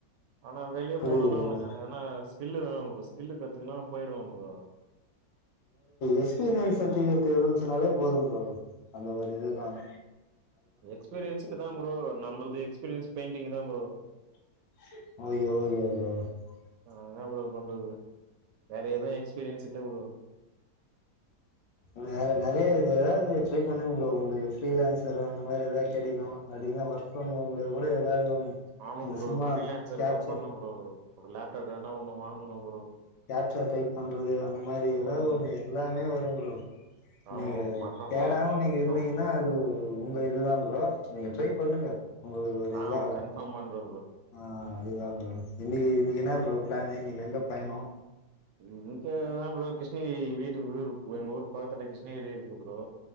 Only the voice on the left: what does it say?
புரியுது
ப்ரோ
எஸ்பீரியன்ஸ்சட்பிகேட் இருந்ச்சுனாலே போதும் ப்ரோ அந்த ஒரு இதுதான்
<inaudible>
வேற நெறைய இது எதாவது ட்ரை பண்ணுங்க ப்ரோ உங்களுக்கு ரீலான்சர் அந்த மாரி ஏதாவ கெடைக்கும் அடல்லாம் ஒர்க் ஃப்ரம் ஹோம்ல கூட ஏதாவது ஒண்ணு
இந்த
சும்மா
கேப்சர்
ஆப்ஸ் டைப் பண்ணறது அந்த மாரி
ஏதோ ஒண்ணு எல்லாமே வரும் <inaudible>
நீங்க
தேடாம
நீங்க
இருந்தீங்கன்னா அது உங்க இதுதான் ப்ரோ நீங்க ட்ரை பண்ணுங்க உங்களுக்கு ஒரு
இதாகு
ஆ அதுதான் ப்ரோ இன்னைக்கி இன்னைக்கி என்ன ப்ரோ பிளான் இன்னைக்கி எங்க பயணம்